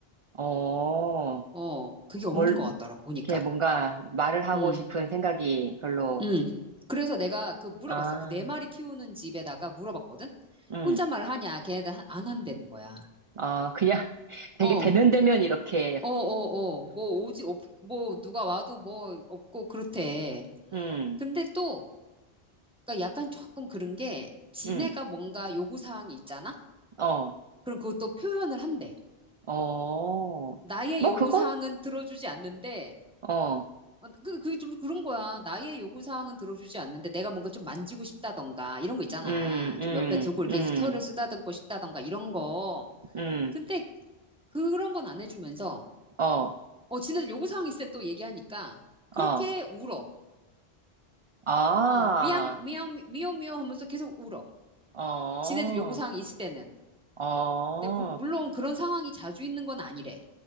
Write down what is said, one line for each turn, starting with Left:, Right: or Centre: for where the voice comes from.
Right: 어.
Centre: 어, 그게 없는
Right: 뭘,
Centre: 것 같더라고, 보니까.
Right: 이렇게 뭔가 말을 하고
Centre: 음,
Right: 싶은 생각이 별로,
Centre: 음. 그래서 내가 그 물어봤어.
Right: 아,
Centre: 그 네 마리 키우는 집에다가 물어봤거든?
Right: 음,
Centre: 혼잣말 하냐? 걔네들 하- 안 한다는 거야.
Right: 어, 그냥 <laughs>
Centre: 어.
Right: 되게 대면대면 이렇게,
Centre: 어, 어, 어. 뭐 오지, 없, 뭐 누가 와도 뭐 없고 그렇대.
Right: 음,
Centre: 근데 또, 그러니까 약간 조금 그런 게 지네가
Right: 음,
Centre: 뭔가 요구사항이 있잖아?
Right: 어,
Centre: 그럼 그것도 표현을 한대.
Right: 어,
Centre: 나의
Right: 뭐
Centre: 요구사항은
Right: 그건,
Centre: 들어주지 않는데,
Right: 어,
Centre: 어, 그, 그게 좀 그런 거야. 나의 요구사항은 들어주지 않는데 내가 뭔가 좀 만지고 싶다던가 이런 거 있잖아.
Right: 음,
Centre: 좀
Right: 음,
Centre: 옆에 두고 이렇게
Right: 음,
Centre: 털을 쓰다듬고 싶다던가 이런 거.
Right: 음,
Centre: 근데 그런 건 안 해주면서,
Right: 어,
Centre: 어, 지네들 요구사항 있으면 또 얘기하니까 그렇게
Right: 어,
Centre: 울어.
Right: 아,
Centre: 어, 미양, 미양, 미오, 미오 하면서 계속 울어.
Right: 어,
Centre: 지네들 요구사항 있을 때는.
Right: 어.
Centre: 근데 물, 물론 그런 상황이 자주 있는 건 아니래.